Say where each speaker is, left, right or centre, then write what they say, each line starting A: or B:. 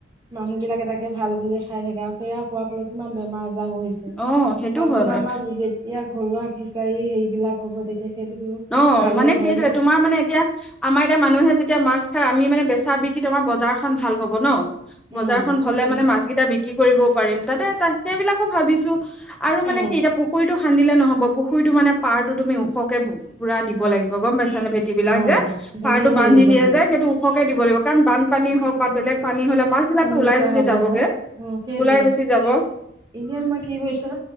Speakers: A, on the right; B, in the centre.
A: মানুহ বিলাক এটা তাকে ভাল বুলিয়ে খাই থাকে আৰু সেয়া খোৱাৰ ফলত কিমান বেমাৰ আজাৰো হৈছে,
B: অ সেইটো
A: আৰু
B: হয়
A: তোমাৰ
B: বাৰু
A: আমাক যেতি যেতিয়া ঘৰুৱা ফিচাৰী হেৰিবিলাক হ'ব তেতিয়া সেইটোতো
B: অ',
A: ভালেই
B: মানে
A: হয়
B: সেইটোৱেই,
A: ন
B: তোমাৰ মানে এতিয়া আমাৰ এতিয়া মানুহে যে এতিয়া মাছ খাই আমি মানে বেচা-বিক্ৰী তোমাৰ বজাৰখন ভাল হ'ব ন বজাৰখন
A: অ সেইটোৱে
B: হ'লে মানে মাছ কেইটা বিক্ৰী কৰিবও পাৰিম, তাতে সেইবিলাকো ভাবিছো আৰু মানে
A: অ
B: সি এতিয়া পুখুৰীতটো খান্দিলে নহ'ব, পুখুৰীটো মানে পাৰটো তুমি ওখকে ভু পুৰা দিব লাগিব গম পাইছা নে। ভেট বিলাক
A: অ অ
B: যে সাৰ
A: দিব
B: টো বান্ধি
A: লাগিব
B: দিয়ে
A: এইবিলাক
B: যে সেইটো ওখকে সকলোৱে দিব লাগিব, কাৰণ বানপানী হওঁক বা বেলেগ পানী হ'লে মাছ বিলাকতো
A: সমস্যা
B: ওলাই গুচি
A: হবগৈ
B: যাবগে
A: অহ, সেইটয়ে।
B: ওলাই গুচি যাব
A: এতিয়া তোমাৰ কি‌ হৈছে